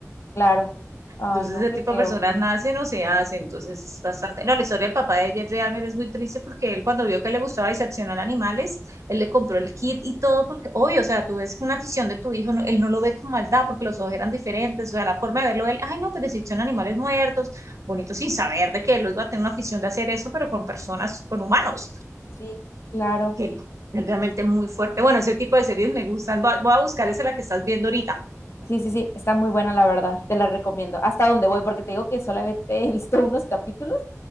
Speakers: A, on the left; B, on the right.
A: Claro. Ay,
B: Entonces,
A: no,
B: ese
A: qué
B: tipo
A: feo.
B: de personas nacen o se hacen. Entonces, es bastante. No, la historia del papá de Jeffrey Dahmer es muy triste porque él, cuando vio que le gustaba diseccionar animales, él le compró el kit y todo, porque, obvio, o sea, tú ves una afición de tu hijo, no- él no lo ve con maldad porque los ojos eran diferentes. O sea, la forma de verlo, él, ay, no, pues disecciona animales muertos, bonito, sin saber de que él iba a tener una afición de hacer eso, pero con personas, con humanos,
A: Sí, claro.
B: que él- es realmente muy fuerte. Bueno, ese tipo de series me gustan. Voy a voy a buscar esa la que estás viendo ahorita.
A: Sí, sí, sí, está muy buena la verdad, te la recomiendo. Hasta donde voy, porque te digo que solamente he visto unos capítulos